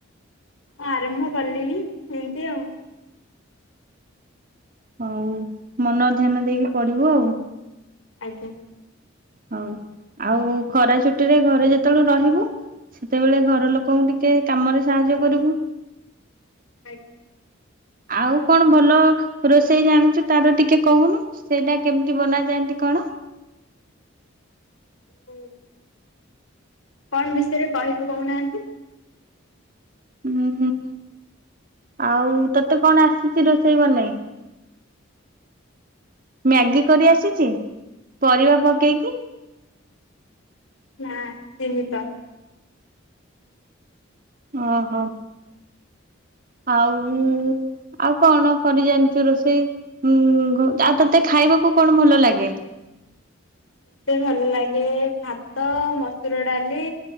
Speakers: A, on the left; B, on the right.
A: ହଁ ଆରମ୍ଭ କଲିଣି ଏମିତି ଆଉ।
B: ହଉ ମନ ଧ୍ୟାନ ଦେଇକି ପଢିବୁ ଆଉ।
A: ଆଜ୍ଞା।
B: ହଉ ଆଉ ଖରା ଛୁଟି ରେ ଘରେ ଯେତେବେଳୁ ରହିବୁ ସେତେବେଳେ ଘର ଲୋକଙ୍କୁ ଟିକେ କାମରେ ସାହାଯ୍ୟ କରିବୁ।
A: ଆଜ୍ଞା।
B: ଆଉ କଣ ଭଲ ରୋଷେଇ ଜାଣିଛୁ ତାର ଟିକେ କହୁନୁ? ସେଇଟା କେମିତି ବନାଯାଆନ୍ତି କଣ?
A: ହୁଁ। କଣ ବିଷୟରେ କହିବୁ କହୁନାହାନ୍ତି?
B: ହୁଁ ହୁଁ। ଆଉ ତତେ କଣ ଆସିଛି ରୋଷେଇ ବନେଇ? ମ୍ୟାଗି କରି ଆସିଛି ପରିବା ପକେଇକି।
A: ନା ଆସିନିତ।
B: ଓହୋ ଆଉ ଆଉ କଣ କରି ଜାଣିଛୁ ରୋଷେଇଁ ଉଁ ଆଉ ତତେ ଖାଇବାକୁ କଣ ଭଲ ଲାଗେ?
A: ମତେ ଭଲ ଲାଗେ ଭାତ ମସୁର ଡାଲି